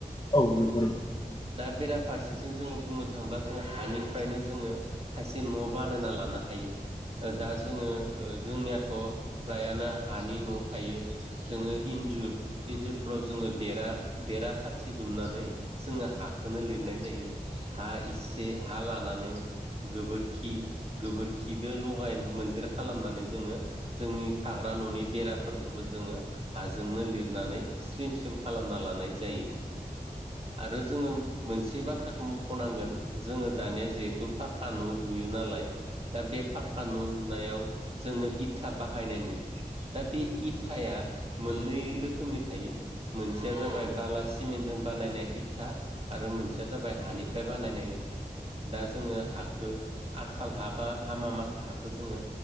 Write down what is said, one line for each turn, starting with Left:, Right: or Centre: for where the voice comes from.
Left: औ नोंगौ नों
Right: दा बेराफारसेथिं जोङो बुंनो थाङोबा जोङो हानिफ्रायनो जोङो खायसे न' बानायना लानो हायो दा जोङो ओ जोंनियाथ' फ्रायानो हानि न' थायो । जोङो इन्जुर इन्जुरफ्राव जोङो बेरा बेरा खाथि दुमनानै जोङो हखौनो लिरनाय जायो हा एसे हा ला नानै गोबोरखि गोबोरखिदो लगाय मोन देर खालामनानै जोङो जोंनि थाग्रा न'नि बेराफोरखौबो जोङो हाजोंनो लिरनानै स्लिम स्लिम खालामना लानाय जायो । आरो जोङो मोनसे बाथ्राखौ मख'नांगोन जोङो दानिया जिहेथु फा का न' लुयो नालाय दा बे पाक्का न' लुनायाव जोङो इथा बाहायनायनि दा बे इथाया मोननै रोखोमनि थायो मोनसेया जाबाय बालासि सिमेन्टजों बानायनाय इथा आरो मोनसेया जाबाय हानिफ्राय बानायनाय इथा दा जोङो हाखौ आथाल हा बा हामाम माथा हाखौ जोङो